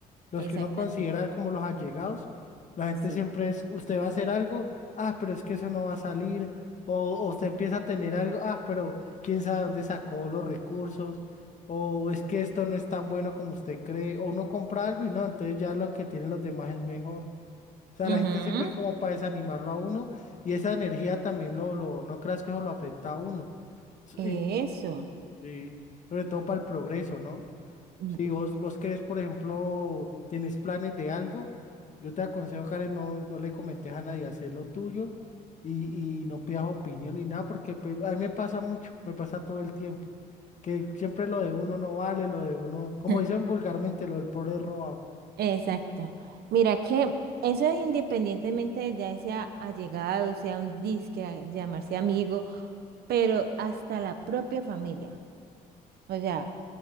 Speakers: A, on the left; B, on the right.
A: Los
B: Exactamente,
A: que uno considera como los allegados. La gente
B: sí.
A: siempre es, usted va a hacer algo, ah, pero es que eso no va a salir. O, o usted empieza a tener algo, ah, pero quién sabe dónde sacó los recursos. O es que esto no es tan bueno como usted cree. O uno compra algo y no, entonces ya lo que tienen los demás es mejor. O sea,
B: Ujú,
A: la gente siempre es como para desanimarlo a uno y esa energía también lo, lo, no creas que eso lo afecta a uno. Sí,
B: Eso.
A: sí. Sobre todo para el progreso, ¿no?
B: Mm.
A: Si vos, vos querés, por ejemplo, tenés planes de algo, yo te aconsejo, Karen, no, no le comentes a nadie, hacer lo tuyo y, y no pidas opinión ni nada, porque pues, a mí me pasa mucho, me pasa todo el tiempo, que siempre lo de uno no vale, lo de uno, como
B: <laughs>
A: dicen vulgarmente, lo del pobre es robado.
B: Exacto. Mira que eso es independientemente de ya sea allegado, sea un disque, a- llamarse amigo, pero hasta la propia familia. O sea,